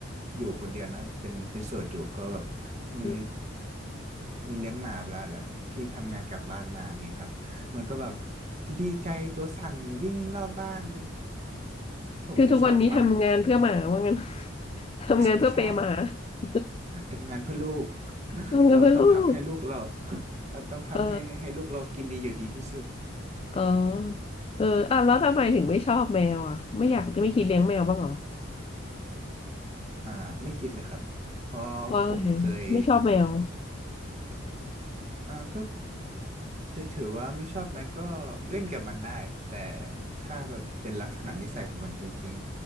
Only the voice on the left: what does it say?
อืม
คือทุกวันนี้ทำงานเพื่อหมาว่างั้น <laughs> ทำงานเพื่อเปย์หมา
<laughs>
ทำงานเพื่อลูก
เออ เออเอออ่ะแล้วทำไมถึงไม่ชอบแมวอ่ะ ไม่อยากจะไม่คิดเลี้ยงแมวบ้างเหรอ
เพราะอะไรไม่ชอบแมว